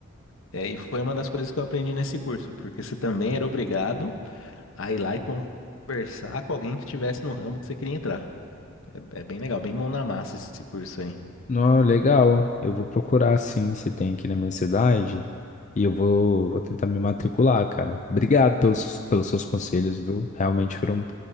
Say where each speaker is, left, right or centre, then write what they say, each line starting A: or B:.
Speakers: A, on the left; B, on the left.
A: é, e foi uma das coisas que eu aprendi nesse curso, porque você também era obrigado a ir lá e conversar com alguém que estivesse no ramo que você queria entrar. É, é bem legal, bem mão na massa esse curso aí.
B: Não, legal. Eu vou procurar, sim, se tem aqui na minha cidade. E eu vou, vou tentar me matricular, cara. Obrigado pelos, pelos seus conselhos, viu? Realmente foram,